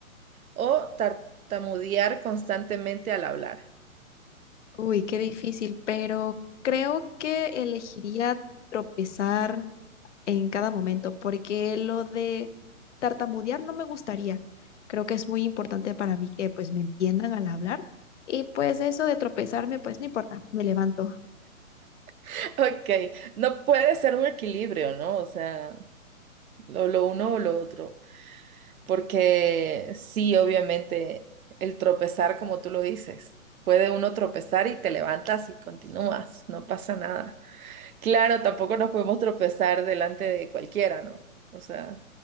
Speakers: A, on the right (about 80°); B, on the left (about 55°).
A: o tartamudear constantemente al hablar?
B: Uy, qué difícil, pero creo que elegiría tropezar en cada momento, porque lo de tartamudear no me gustaría. Creo que es muy importante para mí que pues me entiendan al hablar y pues eso de tropezarme, pues no importa, me levanto.
A: <laughs> Ok, no puede ser un equilibrio, ¿no? O sea, o lo uno o lo otro. porque sí, obviamente, el tropezar, como tú lo dices, puede uno tropezar y te levantas y continúas, no pasa nada. Claro, tampoco nos podemos tropezar delante de cualquiera, ¿no? O sea,